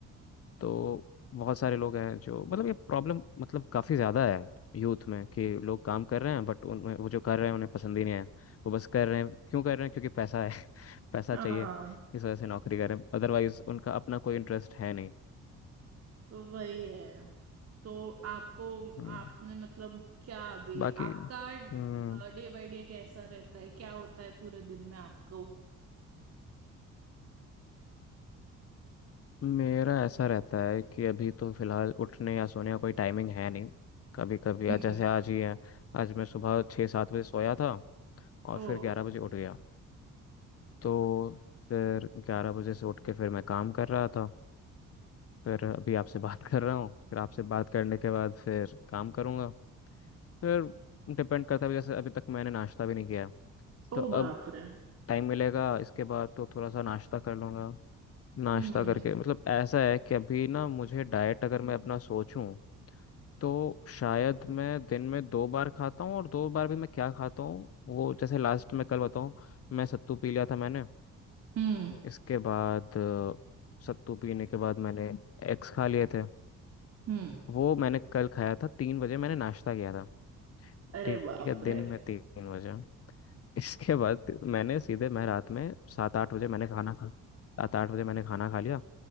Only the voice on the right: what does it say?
हाँ
वही है तो आपको
आपने मतलब क्या अभी
आपका
डे बाय डे कैसा रहता है क्या होता है पूरे दिन में आपको
हम्म
ओ
ओ
बाप रे
हम्म
हम्म
हम्म
अरे
बाप
रे